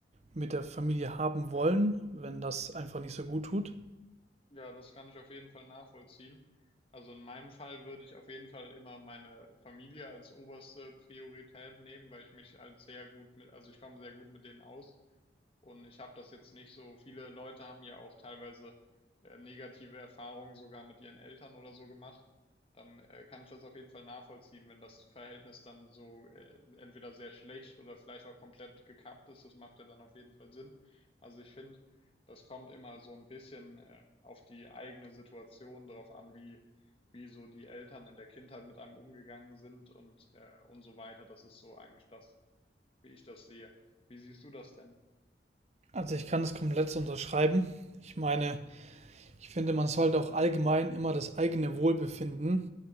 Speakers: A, on the right (about 35°); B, on the left (about 30°).
A: mit der Familie haben wollen, wenn das einfach nicht so gut tut?
B: Ja, das kann ich auf jeden Fall nachvollziehen. Also in meinem Fall würde ich auf jeden Fall immer meine Familie als oberste Priorität nehmen, weil ich mich als sehr gut mit, also ich komme sehr gut mit denen aus. Und ich habe das jetzt nicht so viele Leute haben ja auch teilweise äh, negative Erfahrungen sogar mit ihren Eltern oder so gemacht. Dann äh, kann ich das auf jeden Fall nachvollziehen, wenn das Verhältnis dann so äh, entweder sehr schlecht oder vielleicht auch komplett gekappt ist. Das macht ja dann auf jeden Fall Sinn. Also ich finde, das kommt immer so ein bisschen äh, auf die eigene Situation drauf an, wie, wie so die Eltern in der Kindheit mit einem umgegangen sind und, äh, und so weiter. Das ist so eigentlich das, wie ich das sehe. Wie siehst du das denn?
A: Also ich kann das komplett so unterschreiben. Ich meine, ich finde, man sollte auch allgemein immer das eigene Wohlbefinden